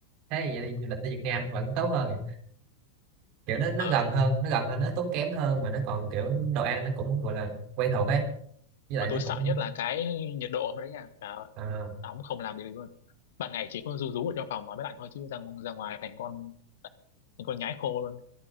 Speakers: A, on the right; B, on the left.
A: thế thì vậy đi du lịch tới Việt Nam vẫn tốt hơn nhỉ kiểu nó nó
B: Ờ,
A: gần hơn nó gần hơn nó ít tốn kém hơn mà nó còn kiểu đồ ăn nó cũng gọi là quen thuộc ấy với lại
B: mà tôi
A: nó
B: sợ
A: cũng
B: nhất là cái nhiệt độ ở bên đấy nha và
A: à,
B: nóng không làm gì được luôn ban ngày chỉ có rú rú ở trong phòng mà mới lạnh thôi chứ ra, ra ngoài thành con thành con nhái khô luôn